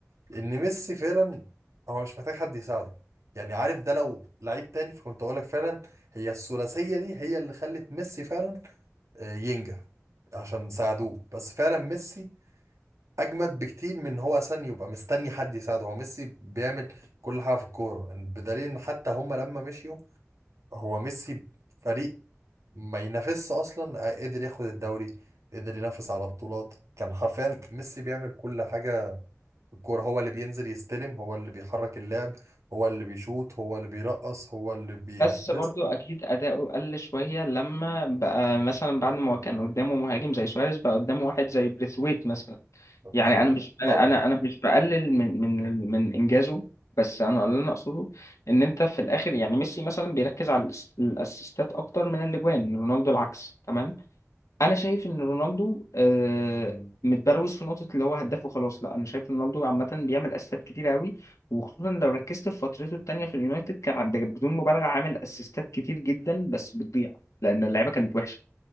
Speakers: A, on the right; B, on the left.
A: لان ميسي فعلا هو مش محتاج حد يساعده يعني عارف ده لو لعيب تاني فكنت اقول لك فعلا هي الثلاثيه دي هي اللي خلت ميسي فعلا آه، ينجح عشان ساعدوه بس فعلا ميسي اجمد بكتير من إن هو اصلا يبقى مستني حد يساعده هو ميسي بيعمل كل حاجه في الكوره يعني بدليل ان حتى هم لما مشيوا هو ميسي فريق ما ينافسش اصلا آه، قدر ياخد الدوري قدر ينافس على بطولات كان حرفيا ميسي بيعمل كل حاجة في الكورة هو اللي بينزل يستلم هو اللي بيحرك اللعب هو اللي بيشوط هو اللي بيرقص هو اللي بيأسست
B: بس برضو اكيد اداؤه قل شويه لما بقى مثلا بعد ما هو كان قدامه مهاجم زي سواريز بقى قدامه واحد زي بريثويت مثلا يعني
A: ما
B: انا مش انا
A: طبعا
B: انا أنا مش بقلل من من من انجازه بس انا اللي انا اقصده ان انت في الاخر يعني ميسي مثلا بيركز على الأس- الاسيستات اكتر من الاجوان رونالدو العكس تمام انا شايف ان رونالدو آه، متبروز في نقطه اللي هو هداف وخلاص لا انا شايف رونالدو عامه بيعمل اسيستات كتير قوي وخصوصا لو ركزت في فترته التانيه في اليونايتد كان عند- بدون مبالغه عامل اسيستات كتير جدا بس بتضيع لان اللعيبه كانت وحشه